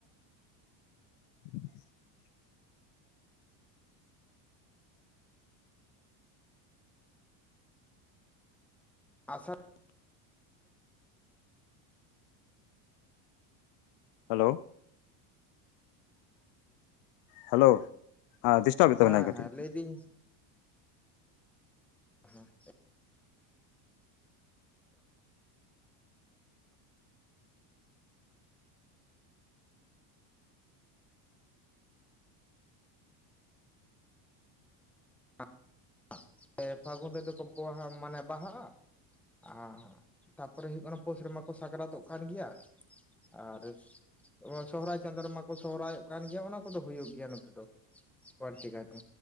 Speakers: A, on the left; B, in the centre.
A: <inaudible>
B: ᱟᱥᱟᱲ
A: ᱦᱮᱞᱳ, ᱦᱮᱞᱳ ᱦᱮᱸ ᱰᱤᱥᱴᱟᱵᱮᱫ ᱛᱟᱵᱮᱱᱟᱭ
B: ᱦᱮᱸ
A: ᱠᱟᱹᱴᱤᱡ
B: ᱦᱮᱸ ᱞᱟᱹᱭ ᱫᱤᱧ ᱦᱮᱸ <unintelligible> <unintelligible> ᱯᱷᱟᱹᱜᱩᱱ ᱨᱮᱫᱚ ᱠᱚ ᱵᱚᱸᱜᱟᱭᱟ ᱵᱟᱦᱟ ᱢᱟᱱᱮ ᱵᱟᱦᱟᱜᱼᱟ᱾ ᱟᱨ ᱛᱟᱨᱯᱚᱨᱮ ᱦᱩᱭᱩᱜ ᱠᱟᱱᱟ ᱯᱩᱥ ᱨᱮᱢᱟ ᱠᱚ ᱥᱟᱠᱨᱟᱛᱚᱜ ᱠᱟᱱ ᱜᱮᱭᱟ᱾ ᱟᱨ ᱥᱚᱦᱚᱨᱟᱭ ᱪᱟᱸᱫᱳ ᱨᱮᱢᱟ ᱠᱚ ᱥᱚᱦᱨᱟᱭᱚᱜ ᱠᱟᱱ ᱜᱮᱭᱟ ᱚᱱᱟ ᱠᱚᱫᱚ ᱦᱩᱭᱩᱜ ᱜᱮᱭᱟ ᱱᱚᱛᱮ ᱫᱚ᱾ ᱵᱚᱲᱟᱹᱛᱤ ᱠᱟᱭᱛᱮ᱾